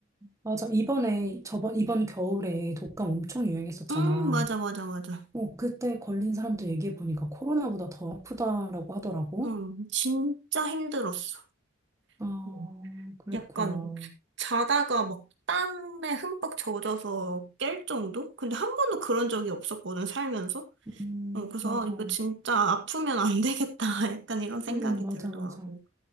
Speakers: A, on the right; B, on the right.
A: 맞아. 이번에 저번 이번 겨울에 독감 엄청 유행했었잖아.
B: 응, 맞아, 맞아, 맞아.
A: 어, 그때 걸린 사람들 얘기해 보니까 코로나보다 더 아프다라고 하더라고.
B: 응, 진짜 힘들었어.
A: 아,
B: 음.
A: 그랬구나.
B: 약간 자다가 막 땀에 흠뻑 젖어서 깰 정도? 근데 한 번도 그런 적이 없었거든, 살면서.
A: 음,
B: 어, 그래서
A: 맞아.
B: 아, 이거 진짜 아프면 안 되겠다. <laughs> 약간 이런 생각이
A: 음, 맞아,
B: 들더라고.
A: 맞아.